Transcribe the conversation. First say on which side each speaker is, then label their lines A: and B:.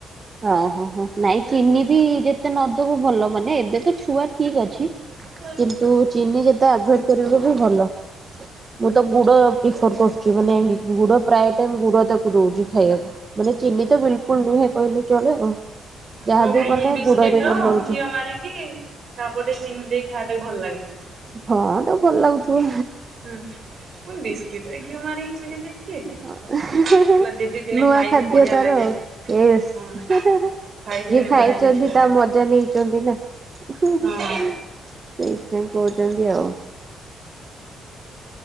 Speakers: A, on the right (about 35°); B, on the right (about 50°).
A: ଓହୋ ହୋ ନାଇଁ
B: ହୁଁ
A: ଚିନି ବି ଯେତେ ନଦବ ଭଲ ମାନେ ଏବେ ତ ଛୁଆ ଠିକ ଅଛି।
B: <inaudible>
A: ତୁ ଚିନି ଯେତେ ଆଭଏଡ କରିବୁ ବି ଭଲ ମୁଁ ତ ଗୁଡ଼ ପ୍ରି କରୁ ମାନେ ଗୁଡ ପ୍ରାୟ ଟାଇମ ଗୁଡ ତାକୁ ଦଉଛି ଖାଇବାକୁ। ମାନେ ଚିନି ତ ବିଲକୁଲ ନୁହେଁ କହିଲେ। ଚଳେ ଆଉ। ଯାହାବି
B: ମୋ ଭଉଣୀ
A: ବନାଏ
B: ବିସ୍କିଟ
A: ଗୁଡରେ ବନଉଛି।
B: ର ଘିଅ ମାରି ମିଶିକି ତାପଟେ ଚିନି ଦେଇ ଖାଆବାଟାକୁ ଭଲ ଲାଗେ।
A: ହଁ ତାକୁ ଭଲ ଲାଗୁଥିବ।
B: ହୁଁ କଣ ବିସ୍କିଟ ରେ ଘିଅ ମାରିକି ଚିନି ଦେଇକି କିଏ ଖାଏ।
A: ହେଁ ହେଁ ହେଁ
B: ହେଲା ଦିଦି ଦିନେ
A: ନୂଆ
B: ଖାଇବୁ
A: ଖାଦ୍ୟ
B: ବଢିଆ
A: ତାର
B: ଲାଗେ
A: ଏସ୍
B: ହଁ
A: ହେଁ ହେଁ ହେଁ।
B: ଖାଇବୁ
A: ଯିଏ
B: ଦିନେ
A: ଖାଇଛନ୍ତି
B: ବଢିଆ ଟେଷ୍ଟି ଲାଗେ।
A: ତା ମଜା ନେଇଛନ୍ତି ନା ହୁଁ
B: ହଁ
A: ହୁଁ। ସୋଇଥିପାଇଁ କହୁଛନ୍ତି ଆଉ।